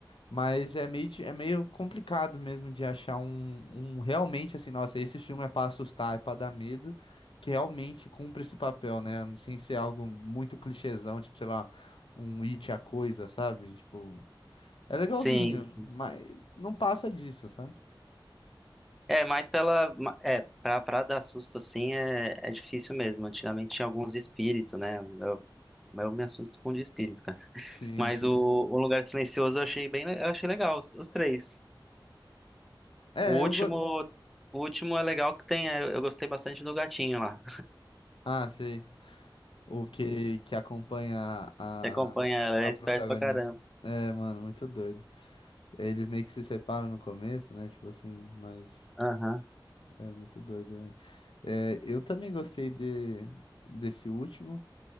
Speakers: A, on the left; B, in the centre.
A: Mas é meio, di- é meio complicado mesmo de achar um, um realmente assim, nossa, esse filme é pra assustar, é pra dar medo, que realmente cumpre esse papel, né? Sem ser algo muito clichêzão, tipo, sei lá, um It a coisa, sabe? Tipo, é legalzinho,
B: Sim.
A: Sim. mas não passa disso, sabe?
B: É, mas pela. ma- É, pra, pra dar susto assim é, é difícil mesmo. Antigamente tinha alguns de espírito, né? Eu, eu me assusto com de espírito, cara.
A: Sim.
B: Mas
A: <laughs>
B: o, o Lugar Silencioso eu achei bem, le- eu achei legal, os, os três.
A: É,
B: O último,
A: eu go...
B: o último é legal que tem. é, Eu gostei bastante do gatinho lá.
A: Ah, sei. O que, que acompanha a,
B: Você acompanha ela,
A: a
B: ela é esperto
A: protagonista.
B: pra caramba.
A: É, mano, muito doido. Eles meio que se separam no começo, né? Tipo assim, mas.
B: Aham.
A: É muito doido, né? É, eu também gostei de, desse último.